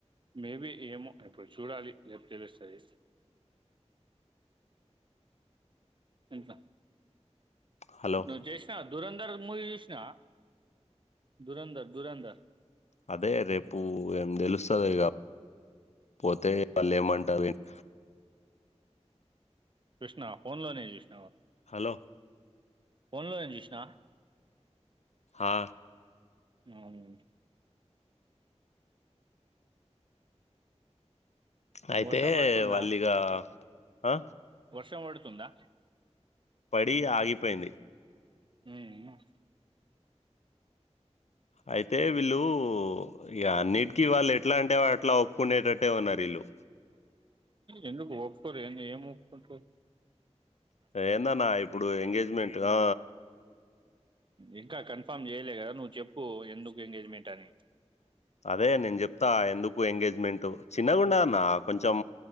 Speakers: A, on the right; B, on the left.
A: మేబి ఏమో ఇప్పుడు చూడాలి రేపు తెలుస్తది. ఇంత
B: హలో
A: నువ్ జెష్ణ దూరంధర్ మూవీ చుసిన దూరంధర్ దూరంధర్
B: అదే రేపు ఏం తెలుస్తది ఇగ పోతే వాల్ ఏం అంటారు ఏమో
A: చూష్ణ ఫోన్ లోనే చూష్ణ
B: హలో
A: ఫోన్ లో ఏం చేసిన
B: ఆ
A: మ్యావు
B: అయితే
A: వర్షం పడుతుందా
B: వాళ్ళి ఇగా అ
A: వర్షం వడుతుందా
B: పడి ఆగిపోయింది
A: హ్మ్మ్
B: అయితే వీళ్ళు ఇగ అన్నిటికి వాళ్ళేట్లంటే అట్ల ఒప్పుకునేటట్టే ఉన్నారు ఈళ్ళు
A: ఎందుకు ఒప్పుకోరు ఏంది ఏం ఒప్పుకుంటర్
B: ఏందన్నా ఇప్పుడు ఎంగేజ్మెంట్ ఆ
A: ఇంక కన్ఫర్మ్ చేయలే కదా నువ్వు చెప్పు ఎందుకు ఎంగేజ్మెంట్ అని
B: అదే నేను చెప్తా ఎందుకు ఎంగేజ్మెంట్ చిన్న గుండా అన్న కొం కొంచెం